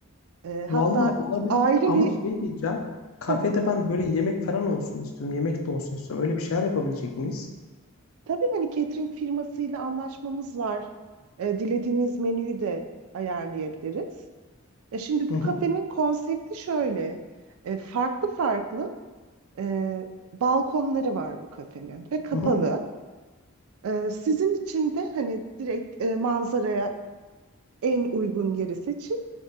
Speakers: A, on the right; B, on the left.
A: E,
B: Valla
A: hatta
B: olabilir
A: ayrı
B: ama
A: bir
B: şey diyeceğim. Kafede
A: tabii.
B: ben böyle yemek falan olsun istiyorum. Yemek de olsun istiyorum. Öyle bir şeyler yapabilecek miyiz?
A: Tabii hani catering firmasıyla anlaşmamız var. E, dilediğiniz menüyü de ayarlayabiliriz. E, şimdi bu
B: Hı hı.
A: kafenin konsepti şöyle. E, farklı farklı e, balkonları var bu kafenin ve kapalı.
B: Hı hı.
A: E, sizin için de hani direkt e, manzaraya en uygun yeri seçip